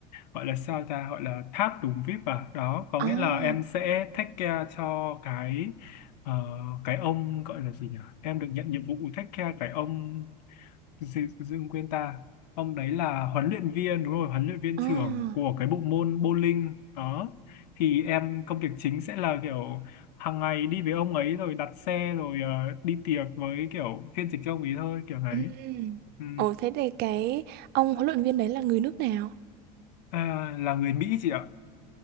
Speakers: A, on the left; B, on the right.
A: gọi là sao ta gọi là tháp tùng VIP à đó có
B: À,
A: nghĩa là em sẽ take care cho cái ờ, cái ông gọi là gì nhỉ em được nhận nhiệm vụ take care cái ông Dương, Dương quên ta ông đấy là huấn luyện viên đúng rồi huấn luyện viên
B: à,
A: trưởng của cái bộ môn bowling đó thì em công việc chính sẽ là kiểu hàng ngày đi với ông ấy rồi đặt xe rồi ờ, đi tiệc với kiểu phiên dịch cho ông ấy thôi kiểu đấy
B: ừm.
A: ừ.
B: Ồ, thế thì cái ông huấn luyện viên đấy là người nước nào?
A: à, là người Mỹ chị ạ